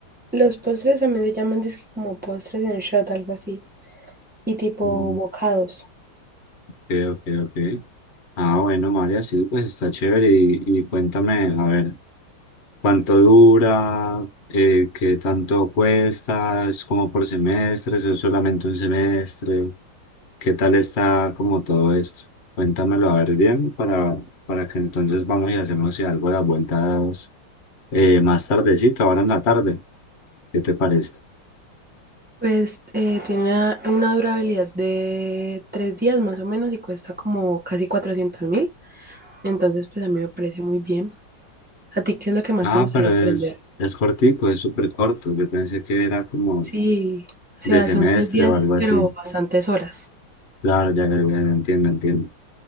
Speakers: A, in the centre; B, on the left.
A: los postres también se llaman disque como postres en shot, algo así, y tipo
B: Mm,
A: bocados.
B: Ok, ok, ok. Ah, bueno, María, sí, pues está chévere y, y cuéntame, a ver. cuánto dura, eh, qué tanto cuesta, es como por semestres, es solamente un semestre, qué tal está como todo esto. Cuéntamelo a ver bien para, para que entonces vamos y hacemos si algo las vueltas eh, más tardecito, ahora en la tarde. ¿Qué te parece?
A: Pues eh, tiene una, una durabilidad de tres días más o menos y cuesta como casi cuatrocientos mil. Entonces, pues a mí me parece muy bien. ¿A ti qué es lo que más
B: Ah,
A: te gustaría
B: pero
A: aprender?
B: es, es cortico, es súper corto. Yo pensé que era como
A: Sí, o sea,
B: de semestre
A: son tres días,
B: o algo así.
A: pero bastantes horas.
B: Claro, ya, ya, ya, entiendo, entiendo.